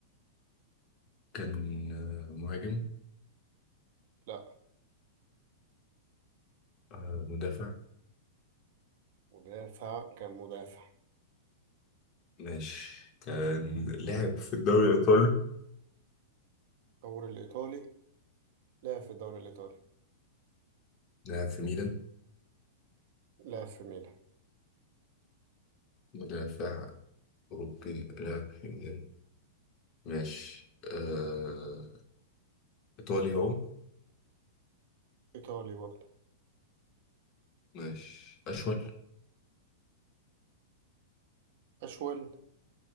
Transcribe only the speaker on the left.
كان آه، مهاجم
آه، مدافع
ماشي كان لاعب في الدوري الإيطالي
لاعب في ميلان
مدافع أوروبي لاعب في ميلان ماشي آه إيطالي أهو
ماشي أشول